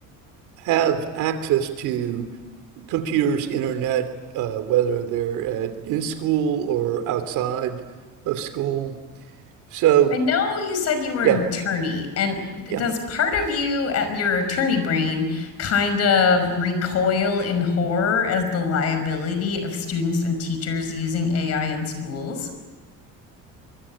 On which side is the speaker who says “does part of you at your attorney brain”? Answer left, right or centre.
Left